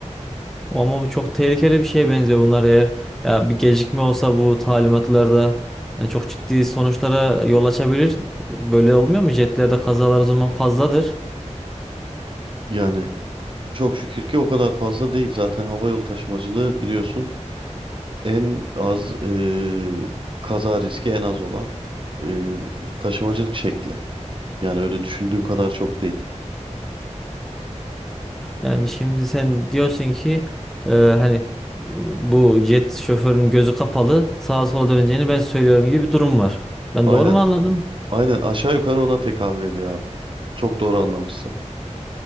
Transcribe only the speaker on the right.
Yani Çok şükür ki o kadar fazla değil. Zaten hava yolu taşımacılığı biliyorsun en az e, kaza riski en az olan e, taşımacılık şekli. Yani öyle düşündüğün kadar çok değil.
Aynen,
aynen aşağı yukarı ona tekabül ediyor abi. Çok doğru anlamışsın.